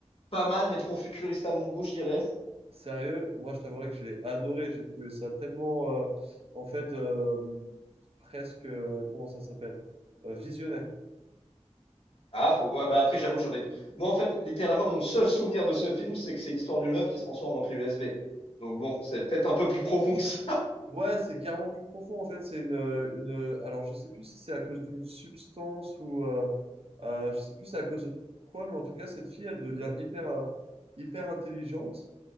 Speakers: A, on the left; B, on the right.
A: pas mal, mais trop futuriste à mon goût, je dirais.
B: Sérieux, moi je t'avouerais que je l'ai adoré. J'ai trouvé ça tellement, euh, en fait, euh, presque, euh, comment ça s'appelle? Euh, visionnaire.
A: Ah, faut, ouais, bah après, j'avoue, j'en ai. Moi, en fait, littéralement, mon seul souvenir de ce film, c'est que c'est l'histoire d'une meuf qui se transforme en clé USB. Donc, bon, c'est peut-être un peu plus profond que ça.
B: Ouais, c'est carrément plus profond. En fait, c'est une, euh, une. euh, Alors, je sais plus si c'est à cause d'une substance ou. Euh, euh, je sais plus c'est à cause de quoi, mais en tout cas, cette fille, elle devient hyper, euh, hyper intelligente.